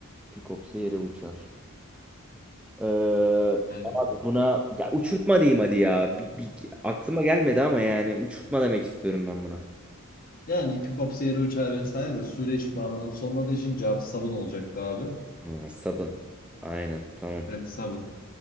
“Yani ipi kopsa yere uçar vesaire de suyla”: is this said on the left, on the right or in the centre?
Left